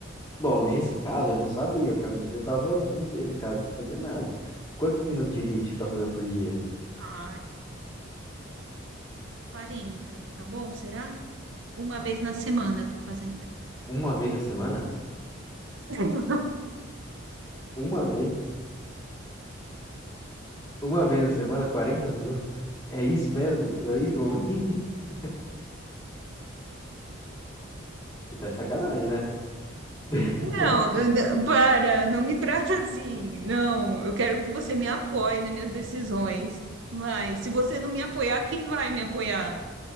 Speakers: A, on the left; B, on the right.
A: Bom, nesse caso eu não sabia, pra mim você tava o dia inteiro em casa sem fazer nada. Quantos minutos de elíptica você tá fazendo por dia?
B: Ah, quarenta tá bom? Será? Uma
A: Ah,
B: vez na semana eu tô fazendo.
A: Uma vez na semana?
B: <laughs>
A: Uma vez? Uma vez na semana, 40 minutos? É isso mesmo? É isso que eu ouvi? <laughs> Você tá de sacanagem, né? <laughs>
B: Não, n- para, não me trata assim. Não, eu quero que você me apoie nas minhas decisões. Mas se você não me apoiar, quem vai me apoiar?